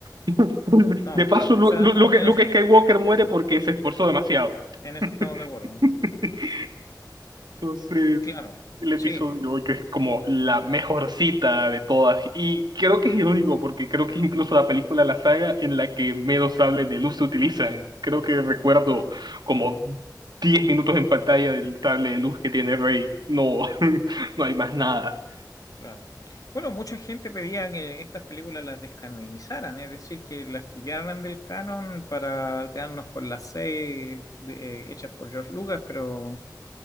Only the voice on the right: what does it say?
<laughs>
De paso,
Lu-
Lu- Luke
Luke
Skywalker muere porque se esforzó demasiado.
<laughs> Entonces,
el episodio
8 es como la mejor cita de todas. Y creo que es irónico porque creo que es incluso la película, de la saga en la que menos sables de luz se utilizan. Creo que recuerdo como 10 minutos en pantalla del sable de luz que tiene Rey. No, <laughs> no hay más nada.